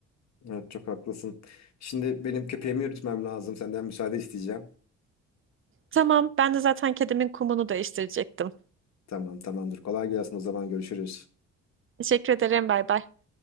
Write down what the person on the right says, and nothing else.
Tamam, ben de zaten kedimin kumunu değiştirecektim.
Teşekkür ederim. Bay bay.